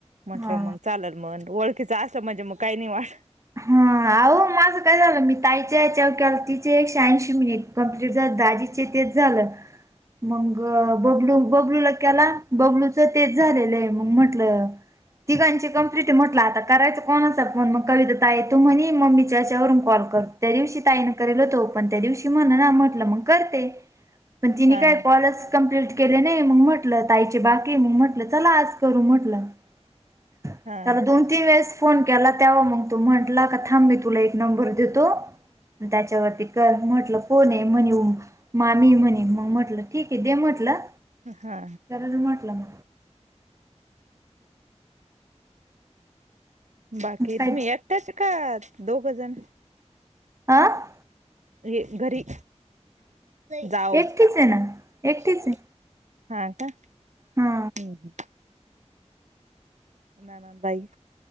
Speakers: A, on the right; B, on the right.
A: म्हंटलं
B: हा
A: मग चालल मग ओळखीच असं म्हणजे मग काही नाही वाट.
B: हा अह माझं काय झालं मी ताईच्या ह्याच्यावर केला तिचे एकशे ऐंशी मिनिट. कंमप्लीट झा दाजीचे तेच झालं. मग बबलू बबलूला केला बबलूच तेच झालेलं आहे. मग म्हंटलं, तीघांची कंप्लीटी म्हटला करायचं कोणाचा फहोन असंण कविता. ता तू म्हणे मम्मीच्याच्यावरून कॉल कर दिवशी ताईनं करेल होतो. पण त्या दिवशी म्हण म्हटलं मग. करते. मण तिन
A: हा
B: काय
A: हा
B: कॉलच.. कंप्लीट केले नाही, मग म्हटलं ताईची बाकी मग म्हटलं चला आज करू म्हटलं. त्याला
A: हा हा
B: दोन तीन वेळेस फोन केला त्याव मग. तो म्हटला का थाम, मी तुला एक नंबर देतो त्याच्यावरती कर, म्हटलं कोण ये म्हणे ओम. माने म्हणे मग म्हटलं ठीक आहे, दे म्हटलं.
A: हा हा.
B: खरच म्हटलं.
A: बाकी
B: काय
A: तुम्ही, येकटयाच आहे का दोघंजण?
B: आं.
A: हे, घरी जाऊ.
B: एकटीच आहे ना एकटीच
A: <unintelligible>
B: आहे
A: हा का?
B: हा
A: हू हू. नणंद हायि